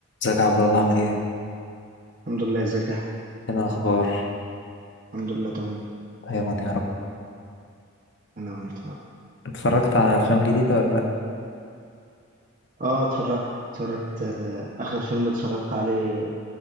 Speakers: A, on the left; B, on the right.
A: ازيك يا عبد الله عامل ايه؟
B: الحمد لله ازيك يا احمد
A: ايه الأخبار؟
B: الحمد لله تمام
A: دايما يا رب
B: انا وانت
A: اتفرجت على أفلام جديدة ولا لأ؟
B: اه اتفرجت اتفرجت آه، اخر فيلم اتفرجت عليه